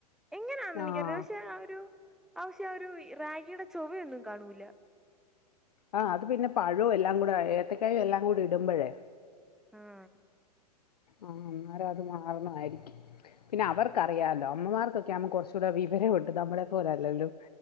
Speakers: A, in the centre; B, on the left.
A: എങ്ങനെയാ എനിക്കറ
B: ആഹ്
A: പക്ഷെ ആ ഒരു ആശ്യ ആ ഒരു റാഗിയുടെ ചൊവൊന്നും കാണൂല.
B: ആ അത് പിന്നെ പഴവും എല്ലാം കൂടെ ഏത്തക്കായ എല്ലാം കൂടി ഇടുമ്പഴേ
A: ആഹ
B: ആഹ അന്നേരം അത് മാറുന്നതായിരിക്കും. പിന്നെ അവർക്കറിയാലോ അമ്മമാർക്കൊക്കെ ആകുമ്പോ കുറച്ചൂടെ വിവരമുണ്ട്. നമ്മളെ പോലെല്ലല്ലോ.